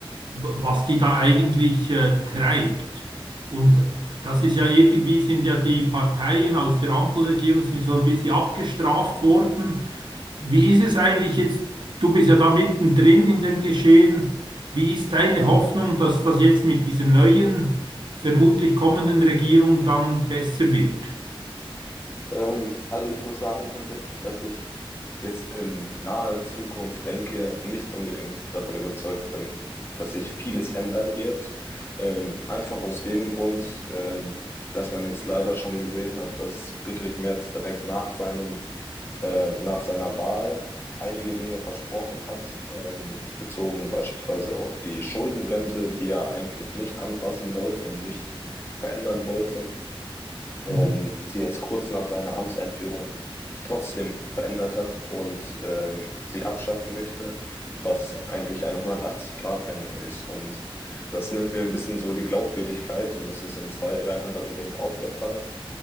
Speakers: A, on the right; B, on the left.
A: w- was die da eigentlich äh, treibt. Und das ist ja irgendwie, sind ja die Parteien aus der Ampelregierung sind so ein bisschen abgestraft worden. Wie ist es eigentlich jetzt? Du bist ja da mittendrin in dem Geschehen. Wie ist deine Hoffnung, dass das jetzt mit dieser neuen, vermutlich kommenden Regierung dann besser wird?
B: Ähm, also ich muss sagen tatsächlich, dass ich jetzt in naher Zukunft denke, nicht unbedingt davon überzeugt bin, dass sich vieles ändern wird. Ähm, einfach aus dem Grund, ähm, dass man jetzt leider schon gesehen hat, dass Friedrich Merz direkt nach seinem, äh, nach seiner Wahl einige Dinge versprochen hat, ähm, bezogen beispielsweise auf die Schuldenbremse, die er eigentlich nicht anfassen wollte und nicht verändern wollte ähm,
A: Mhm.
B: sie jetzt kurz nach seiner Amtseinführung trotzdem verändert hat und ähm, sie abschaffen möchte, was eigentlich eine 180-Grad-Wendung ist. Und das nimmt mir ein bisschen so die Glaubwürdigkeit und das ist in zwei, drei anderen Dingen auch der Fall.